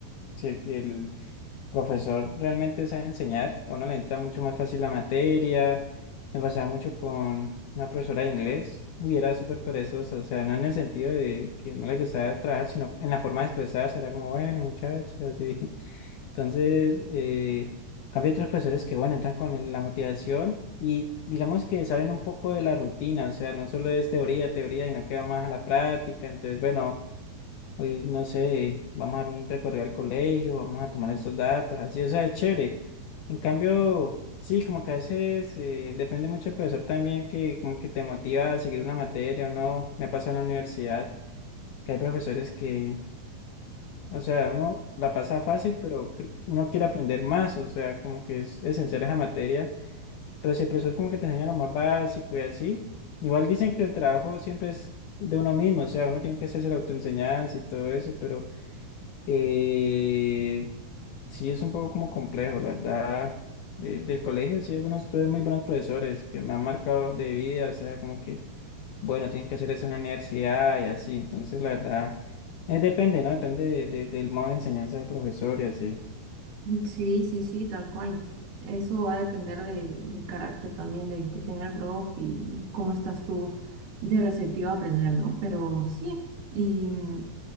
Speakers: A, on the left; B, on the right.
A: si el, que el profesor realmente sabe enseñar, a uno le entra mucho más fácil la materia. Me pasaba mucho con una profesora de inglés, uy, era súper perezosa, o sea, no en el sentido de que no le gustaba trabajar, sino en la forma de expresarse, era como, bueno, muchachos, así. Entonces, eh, cambio otros profesores que, bueno, entran con el- la motivación y digamos que saben un poco de la rutina, o sea, no solo es teoría, teoría, sino que va más a la práctica. Entonces, bueno, hoy no sé, vamos a dar un recorrido al colegio, vamos a tomar estos datos, así, o sea, es chévere. En cambio, sí, como que a veces eh, depende mucho del profesor también que como que te motiva a seguir una materia o no. Me pasó en la universidad que hay profesores que o sea, uno la pasa fácil, pero cre- uno quiere aprender más, o sea, como que es esencial esa materia, pero si el profesor como que te enseña lo más básico y así, igual dicen que el trabajo siempre es de uno mismo, o sea, uno tiene que hacerse la autoenseñanza y todo eso, pero eh, sí es un poco como complejo, la verdad. Eh, del colegio sí, algunos tuve muy buenos profesores que me han marcado de vida, o sea, como que bueno, tienen que hacer eso en la universidad y así. Entonces, la verdad, eh, depende, ¿no? Depende de- de- del modo de enseñanza del profesor y así.
B: Sí, sí, sí, tal cual. Eso va a depender de- del carácter también de que tenga el prof y, y cómo estás tú de receptivo a aprender, ¿no? Pero sí, y mm,